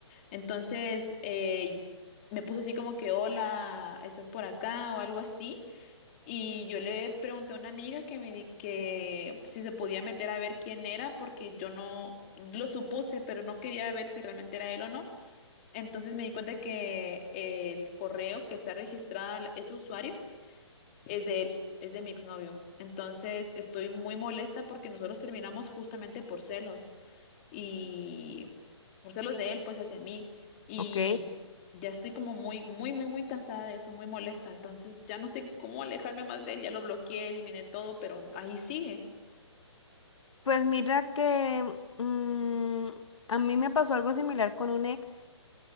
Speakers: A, on the left (about 25°); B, on the left (about 75°).
A: Entonces, eh, me puso así como que, hola, ¿estás por acá? o algo así. Y yo le pregunté a una amiga que me di que si se podía meter a ver quién era, porque yo no lo supuse, pero no quería ver si realmente era él o no. Entonces me di cuenta que el correo que está registrada la- ese usuario es de él, es de mi exnovio. Entonces estoy muy molesta porque nosotros terminamos justamente por celos y por celos de él, pues hacia mí. Y
B: Ok.
A: ya estoy como muy, muy, muy, muy cansada de eso, muy molesta. Entonces ya no sé cómo alejarme más de él, ya lo bloqueé, eliminé todo, pero ahí sigue.
B: Pues mira que mm, a mí me pasó algo similar con un ex